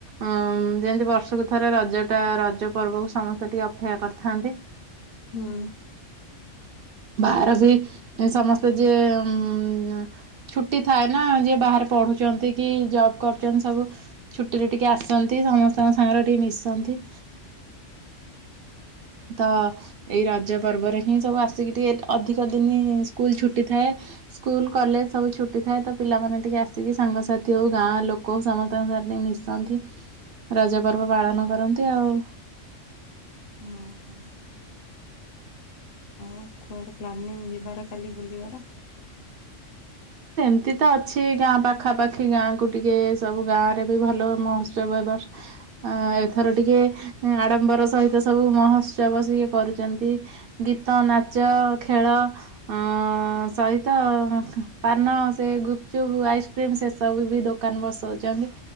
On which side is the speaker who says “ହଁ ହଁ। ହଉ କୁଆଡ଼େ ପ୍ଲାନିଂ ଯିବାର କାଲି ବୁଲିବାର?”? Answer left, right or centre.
Left